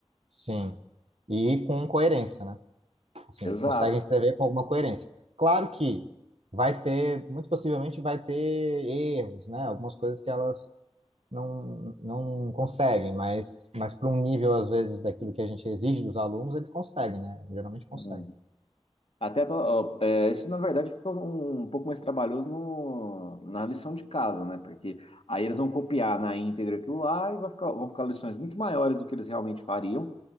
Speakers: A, on the right; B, on the left.
A: sim. E com coerência, né? Assim,
B: Exato.
A: conseguem escrever com alguma coerência. Claro que vai ter, muito possivelmente vai ter erros, né? Algumas coisas que elas não, não conseguem, mas, mas para um nível, às vezes, daquilo que a gente exige dos alunos, eles conseguem, né? Geralmente conseguem.
B: Uhum. Até, pela- ó, é, isso na verdade fica um, um pouco mais trabalhoso no, na lição de casa, né? Porque aí eles vão copiar na íntegra aquilo lá e vai ficar, vão ficar lições muito maiores do que eles realmente fariam,